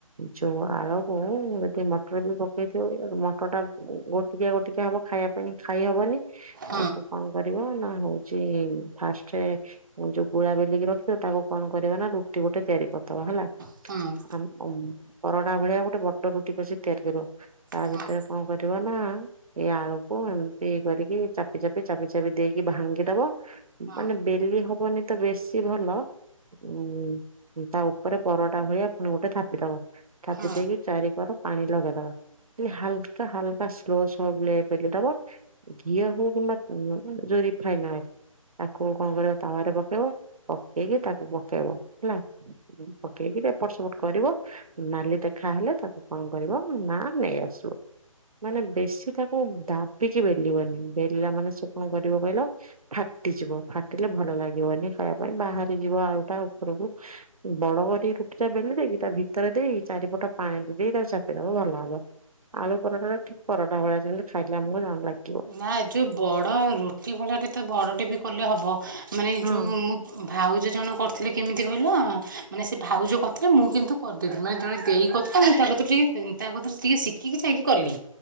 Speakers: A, on the right; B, on the right.
A: ଯୋଉ ଆଳକୁ ଟେ ମଟର ବି ପକେଇଥିବ ବି ମଟରଟା ଗୋଟିକିଆ ଗୋଟିକିଆ ହବ ଖାଇବା ପାଇଁ ଖାଇହବନି।
B: ହୁଁ
A: ତାକୁ କଣ କରିବ ନା ହଉଛି ଫାଷ୍ଟେ ମୁଁ ଯୋଉ ଗୁଳା ବେଲିକି ରଖିିଥିବ ତାକୁ କଣ କରିବ ନା ରୁଟି ଗୋଟେ ତିଆରି କରିଦବ ହେଲା।
B: ହୁଁ।
A: <unintelligible> ପରଟା ଭଳିଆ ଗୋଟେ ବଡ ରୁଟି ପେଶୀ ତିଆରି କରିବ। ତା
B: ହଁ
A: ଭିତରେ କଣ କରିବ ନା ଏଇ ଆଳୁକୁ ଏମିତି କରିକି ଚାପି ଚାପି- ଚାପି -ଚାପି ଦେଇକି ଭାଙ୍ଗିଦବ
B: ହଁ।
A: ମାନେ ବେ ଦେଇ ହବନି ତ ବେଶୀ ଭଲ। ଉୁଁ ତା ଉପରେ ପରଟା ଭଳିଆ ପୁଣି ଗୋଟେ ଥାପିଦବ। ଚାପି
B: ନା
A: ଦେଇକି ଚାରି କର ପାଣି ଲଗେଇଦବ। ଖାଲି ହାଲ କା ହାଲକା ସ୍ଲୋ ସ୍ଲୋ ବ୍ଲେ ବେଲିଦବ। ଘିଅ ହଉ କିମ୍ବା ଯୋଉ ରିଫାଇନ ହଉ ତାକୁ କଣ କରିବ ତାୱରେ ପକେଇବ। ପକେଇକି ତାକୁ ପକେଇବ ହେଲା, ପକେଇକି ଏପଟ ସେପଟ କରିବ ନାଲି ଦେ ଖାହେଲେ ତାକୁ କଣ କରିବ ନା ନେଇ ଆସିବ। ମାନେ ବେଶୀ ତାକୁ ଦାବିକି ବେଲିବନି ବେଲିଲା ମାନେ ସେ କଣ କରିବ କହିଲ ଫାଟିଯିବ ଫାଟିଲେ ଭଲ ଲାଗିବନି ଖାଇବା ପାଇଁ ବାହାରି ଯିବ ଆଉଟା ଉପରକୁ। ବଡ କରି ରୁଟିଟା ବେଲିଦେଇକି ତା ଭି ତର ଦେଇ ଚାରିପଟ ପାଣି ଦେଇ ତାକୁ ଚାପିଦବ ଭଲ ହବ। ଆଳୁ ପରଟା ଟା ଠିକ ପରଟା ଭଳିଆ ଯେମିତି ଖାଇଲେ ଆମକୁ ଜାଣ ଲାଗିବ।
B: ନା ଯୋଉ ବଡ଼ ରୁଟି ଭଳାଟେ ତ ବଡ଼ଟେ ବି କଲେ ହବ। ମାନେ
A: ହଁ
B: ଯଉ ମୁଁ ଭାଉଜ ଜଣେ କରିଥିଲେ କେମିତି କହିଲ? ମାନେ ସେ ଭାଉଜ କରିଥିଲେ ମୁଁ କିନ୍ତୁ କରିଦେଇଥିଲି ମାନେ ଜଣେ ତା କତରେ ଟିକେ ତା କତରେ ଟିକେ ଶିଖିକି ଯାଇକି କଲି।